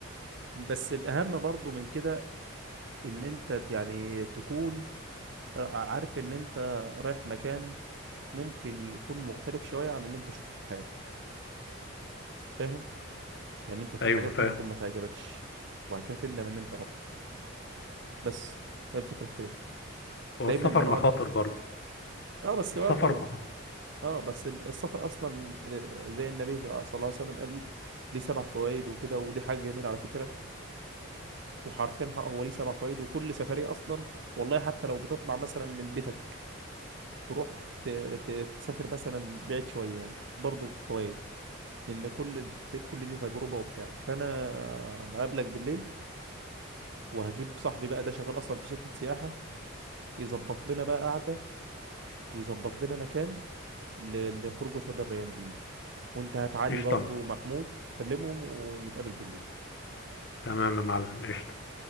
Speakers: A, on the right; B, on the left.
A: بس الاهم برضو من كده ان انت ت- يعني تكون آه، عارف ان انت رايح مكان ممكن يكون مختلف شوية عن اللي انت شفته في حياتك فاهم يعني انت في
B: ايوه
A: حاجات
B: فاهم
A: ممكن ما تعجبكش وبعد كده تندم ان انت رحت بس هي الفكرة في كده
B: والسفر
A: دايما بنقعد
B: مخاطر برضه
A: اه بس
B: السفر
A: برضه
B: مخاطر
A: اه بس السفر اصلا آه، زي النبي صلى الله عليه وسلم قال ليه سبع فوائد وكده ودي حاجة جميلة على فكرة وحرفيا ه- هو ليه سبع فوائد وكل سفرية اصلا والله حتى لو بتطلع مثلا من بيتك تروح ت- ت- تسافر مثلا بعيد شوية برضه بفوائد لان كل كل دي تجربة وبتاع فانا هقابلك بالليل وهجيب صاحبي بقى ده شغال اصلا في شركة سياحة يظبط لنا بقى قعدة ويظبط لنا مكان ل- لخروجة هدى الريان دي وانت هات علي
B: قشطه
A: برضه
B: يا معلم.
A: ومحمود كلمهم ونتقابل بالليل
B: تمام يا معلم قشطه